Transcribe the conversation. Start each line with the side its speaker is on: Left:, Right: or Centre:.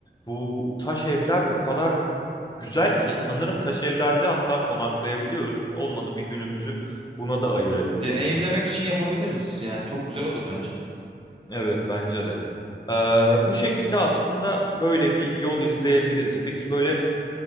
Left: Bu
Right: Hı
Left: taş
Right: hı.
Left: evler o kadar güzel ki sanırım taş evlerde hatta konaklayabiliyoruz. Olmadı bir günümüzü buna da ayırabiliriz.
Right: Deneyimlemek için yapabiliriz. Yani çok güzel olur bence.
Left: Evet bence de. E, bu şekilde aslında böyle bir yol izleyebiliriz. Peki böyle